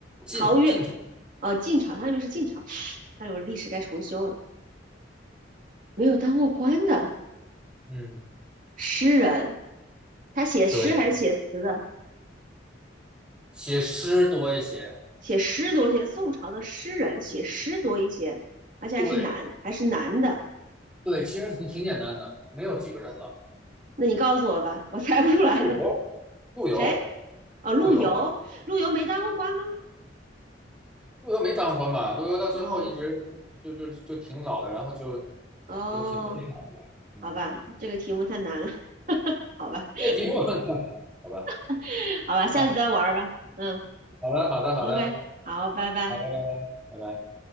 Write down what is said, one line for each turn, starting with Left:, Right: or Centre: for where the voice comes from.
Centre: 晋晋朝，
Right: 陶渊，哦，晋朝，他那边是晋朝。看来我历史该重修了。没有当过官的
Centre: 嗯，
Right: 诗人，他写诗还是写词的？
Centre: 对，写诗多一些，
Right: 写诗多一些。宋朝的诗人写诗多一些，而且还是男，
Centre: 对
Right: 还是男的。
Centre: 对，其实你挺简单的，没有几个人了，
Right: 那你告诉我吧，我猜不出来了。
Centre: 陆游，陆游，
Right: 谁？哦，陆游，
Centre: 陆游，
Right: 陆游没当过官吗？
Centre: 陆游没当过官吧？陆游到最后一直就就就就挺老的，
Right: 哦
Centre: 然后就
Right: 哦，
Centre: 就挺悲惨的，嗯，
Right: 好吧，这个题目太难了，<laughs> 好吧，
Centre: 这个题目 <laughs> 好吧，
Right: <laughs> 好吧，下次再玩吧，
Centre: 啊，
Right: 嗯。
Centre: 好了，好的，好的。
Right: OK，好，拜拜。
Centre: 好的好的拜拜。